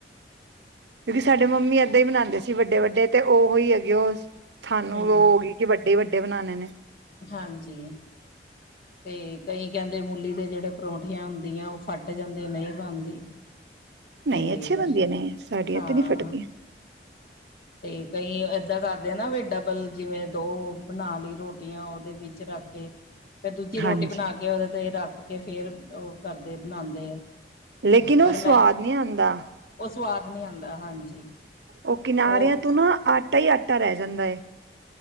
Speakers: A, on the right (about 75°); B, on the left (about 55°).
A: ਰਿ ਸਾਡੇ ਮੰਮੀ ਏਦਾਂ ਈ ਬਣਾਂਦੇ ਸੀ ਵੱਡੇ। ਵੱਡੇ ਵੱਡੇ ਤੇ ਓਹੋ ਈ ਹੈਗੇ ਓਸ ਥਾਨੂੰ
B: ਹਮ
A: ਲੋ ਗੀ ਕਿ ਵੱਡੇ ਵੱਡੇ ਬਣਾਣੇ ਨੇ।
B: ਹਾਂਜੀ 'ਤੇ ਕਈ ਕਹਿੰਦੇ ਮੂਲੀ ਦੇ ਜਿਹੜੇ ਪਰੌਂਠੀਆਂ ਹੁੰਦੀਆਂ ਉਹ ਫੱਟ ਜਾਂਦੇ ਨਹੀਂ ਬਣਦੀ।
A: ਨਹੀਂ,
B: ਤੇ
A: ਅੱਛੇ ਬਣਦਿਆਂ ਨੇ ਸਾਡੀਆਂ
B: ਹਾਂ
A: ਤੇ ਨਹੀਂ ਫੱਟਦੀਆਂ।
B: 'ਤੇ ਕਈ ਏਦਾਂ ਕਰਦੇ ਨਾ ਵੀ ਡਬਲ ਜਿਵੇਂ ਦੋ ਬਣਾ ਲਈ ਰੋਟੀਆਂ ਉਹਦੇ ਵਿੱਚ ਰੱਖ ਕੇ ਫੇਰ ਦੂਜੀ ਰੋਟੀ
A: ਹਾਂਜੀ
B: ਬਣਾ ਕੇ ਉਹਦੇ ਤੇ ਰੱਖ 'ਤ ਫੇਰ, ਉਹ। ਕਰਦੇ ਬਣਾਉਂਦੇ ਆ
A: ਲੇਕਿਨ, ਉਹ
B: ਪਰ ਮੈਂ
A: ਸਵਾਦ ਨਹੀਂ ਆਉਂਦਾ।
B: ਉਹ ਸਵਾਦ ਨਹੀਂ ਆਂਦਾ, ਹਾਂਜੀ!
A: ਓਕੇ। ਕਿਨਾਰਿਆਂ
B: ਉਹ
A: ਤੋਂ ਨਾ, ਆਟਾ ਈ ਆਟਾ ਰਹਿ ਜਾਂਦਾ ਐ।